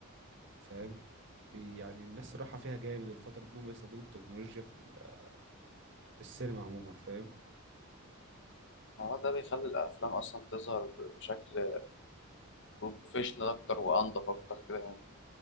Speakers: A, on the right; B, on the left.
A: فاهم بي- يعني الناس رايحة
B: مم.
A: فيها جامد الفترة دي انهم يستخدموا التكنولوجيا في ال- في السينما عموما فاهم
B: ما هو ده بيخلي الأفلام أصلا تظهر ب- بشكل بروفيشنال أكتر وأنضف أكتر كده يعني